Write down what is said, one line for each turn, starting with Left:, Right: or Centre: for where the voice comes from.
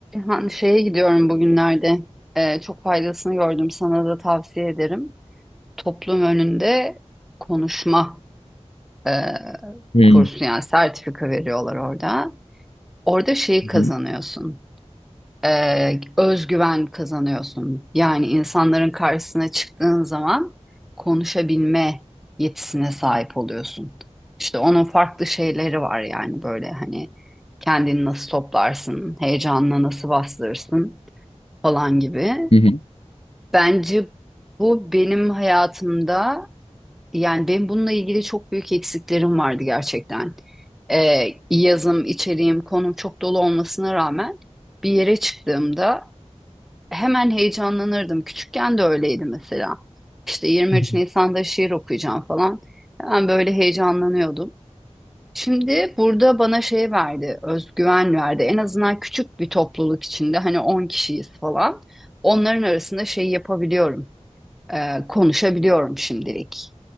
Centre: Ha, Şeye gidiyorum bugünlerde. Ee, çok faydasını gördüm. Sana da tavsiye ederim. Toplum önünde konuşma e,
Left: Hı
Centre: kursu yani sertifika veriyorlar orada. Orada şeyi kazanıyorsun.
Left: hı
Centre: Ee, özgüven kazanıyorsun. Yani insanların karşısına çıktığın zaman konuşabilme yetisine sahip oluyorsun. İşte onun farklı şeyleri var yani böyle hani kendini nasıl toplarsın, heyecanını nasıl bastırırsın falan gibi.
Left: hı hı.
Centre: Bence bu benim hayatımda yani benim bununla ilgili çok büyük eksiklerim vardı gerçekten. Ee, yazım, içeriğim, konum çok dolu olmasına rağmen bir yere çıktığımda hemen heyecanlanırdım. Küçükken de öyleydi mesela. İşte 23
Left: Hı hı.
Centre: Nisan'da şiir okuyacağım falan. Hemen böyle heyecanlanıyordum. Şimdi burada bana şey verdi, özgüven verdi. En azından küçük bir topluluk içinde hani 10 kişiyiz falan. Onların arasında şey yapabiliyorum, e, konuşabiliyorum şimdilik.